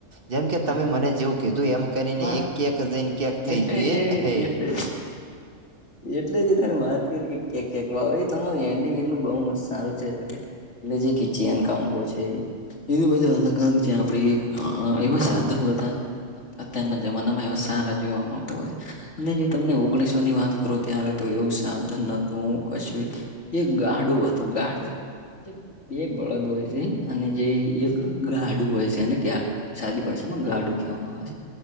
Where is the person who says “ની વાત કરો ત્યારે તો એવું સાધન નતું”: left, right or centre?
Left